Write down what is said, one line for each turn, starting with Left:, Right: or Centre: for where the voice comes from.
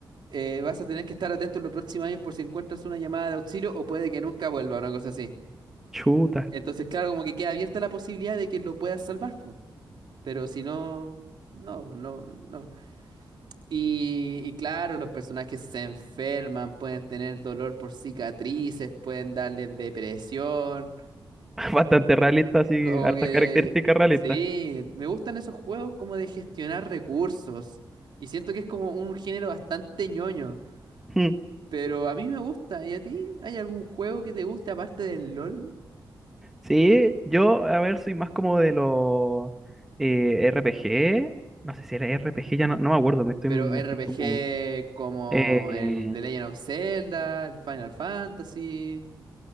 Right: Eh, vas a tener que estar atento en los próximos años por si encuentras una llamada de auxilio o puede que nunca vuelva, una cosa así.
Centre: chuta.
Right: Entonces, claro, como que queda abierta la posibilidad de que lo puedas salvar, po. Pero si no, no, no, no. Y, y claro, los personajes se enferman, pueden tener dolor por cicatrices, pueden darles depresión,
Centre: <laughs> Bastante realista, así,
Right: como
Centre: hartas
Right: que...
Centre: características realistas.
Right: Sí, me gustan esos juegos como de gestionar recursos. Y siento que es como un género bastante ñoño,
Centre: Mm.
Right: pero a mí me gusta. ¿Y a ti? ¿Hay algún juego que te guste aparte del LOL?
Centre: Sí, yo, a ver, soy más como de los eh, RPG. No sé si era RPG, ya no, no me acuerdo, me estoy,
Right: Pero
Centre: me
Right: RPG
Centre: estoy como...
Right: como
Centre: eh,
Right: el The Legend of Zelda, el Final Fantasy.